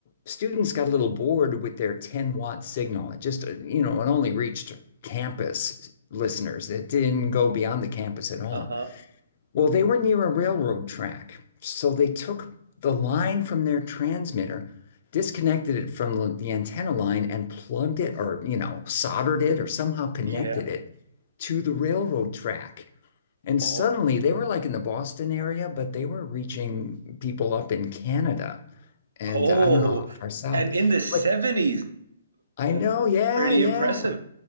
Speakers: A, on the left (about 50°); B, on the right (about 80°).
A: students got a little bored with their 10 watt signal. It just, uh, you know, it only reached campus listeners. It didn't go beyond the campus at all.
B: Uh-huh.
A: Well, they were near a railroad track, so they took the line from their transmitter, disconnected it from the, the antenna line, and plugged it or, you know, soldered it or somehow connected
B: Yeah.
A: it to the railroad track. And
B: Oh.
A: suddenly they were like in the Boston area, but they were reaching people up in Canada. And
B: Oh.
A: uh, I don't know how far south,
B: And in the 70s.
A: but I
B: That's
A: know,
B: that's
A: yeah,
B: pretty
A: yeah.
B: impressive.